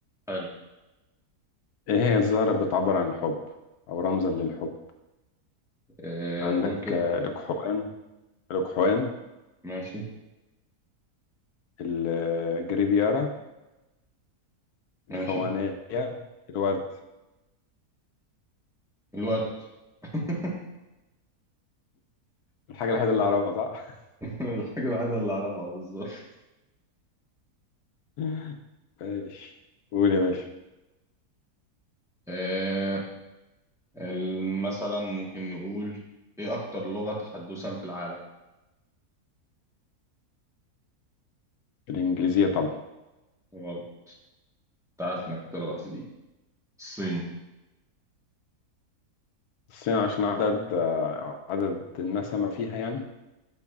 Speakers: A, in the centre; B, on the left.
A: حلو
B: إيه هي الزهرة اللي بتعبر عن الحب أو رمزا للحب
A: آه
B: عندك
A: قول كده
B: آه، الأكحوان الأكحوان
A: ماشي
B: الجريبيارا الفوانيليا
A: ماشي
B: الورد
A: الورد <laughs>
B: الحاجة الوحيدة اللي أعرفها صح؟
A: الحاجه الوحيده اللي اعرفها بالظبط
B: <laughs> ماشي قول يا باشا
A: آه، ال- مثلا ممكن نقول ايه اكتر لغة تحدثا في العالم
B: الإنجليزية طبعا
A: غلط انت عارف انك هتغلط في دي الصين
B: الصين عشان عدد آه، عدد النسمة فيها يعني